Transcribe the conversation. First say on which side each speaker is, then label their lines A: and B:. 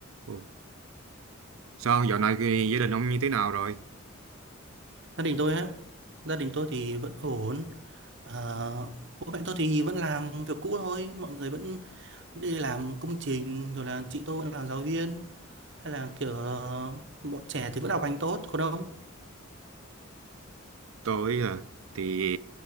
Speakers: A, on the right (about 85°); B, on the right (about 60°).
A: Ồ, Sao dạo này cái gia đình ông như thế nào rồi?
B: gia đình tôi á gia đình tôi thì vẫn ổn Ờ, bố mẹ tôi thì vẫn làm việc cũ thôi mọi người vẫn đi làm công trình rồi là chị tôi vẫn là giáo viên hay là kiểu ờ, bọn trẻ thì vẫn học hành tốt còn ông
A: Tôi à, thì